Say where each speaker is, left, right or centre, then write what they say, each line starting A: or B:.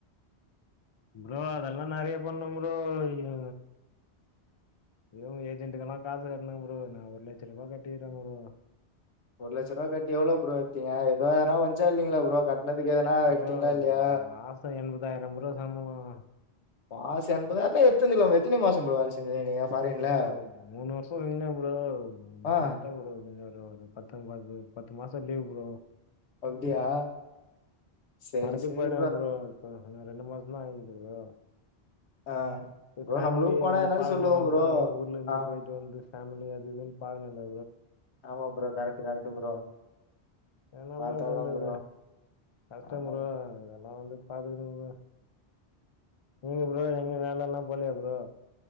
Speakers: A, on the left; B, on the left.
A: ப்ரோ அதெல்லா நெறைய பண்ணு ப்ரோ ஐயோ யோ ஏஜென்ட்க்கெல்லா காசு கட்னு ப்ரோ நா ஒரு லட்சரூவா கட்டிகிற ப்ரோ
B: ஒரு லட்சரூவா கட்டி எவ்ளோ ப்ரோ எத்தீங்க எதோனா வஞ்ச்சா இல்லீங்ளா ப்ரோ கட் னதுக்கு எதனா
A: ப்ரோ
B: எடுதீங்ளா இல்லையா
A: மாசம் ப்ரோ சம்பளம்.
B: மாச என்பதாயிரால்லா எத்துந்துக்லாமே எத்தினி மாசோ ப்ரோ வேல செஞ்சதே நீங்க ஃபாரின்ல
A: ப்ரோ மூணு வருஷோ இருந்தே ப்ரோ இப்ப
B: ஆ
A: வன்டே ப்ரோ கொஞ்ச வொர்க் ஒரு பத்தொம்பது பத்து மாசோ லீவ் ப்ரோ
B: அப்டியா சரி
A: வருத்தப்படாத
B: சரி
A: ப்ரோ இப்போ ரெண்டு மாச தா ஆயிக்கிது ப்ரோ
B: ஆ ப்ரோ
A: ஃபேமிலி
B: நம்மளுக்கு போனா
A: வந்து
B: எதுனா
A: பாக்கணுல்ல
B: சொல்லுங்க
A: ப்ரோ ஊர்ல இருந்து
B: ஆ
A: போய்ட்டு வந்து ஃபேமிலி அது இதுன் பாக்கனுல்ல
B: ஆமா ப்ரோ கரெட் கரெட்டு ப்ரோ
A: என்ன
B: பாத்தாதா
A: ப்ரோ பண்றது
B: ப்ரோ
A: கஷ்ட
B: ஆமா
A: ப்ரோ இதெல்லா வந்து பாத்துக்கணு நீங்க ப்ரோ எங்க வேல எல்லா போலியா ப்ரோ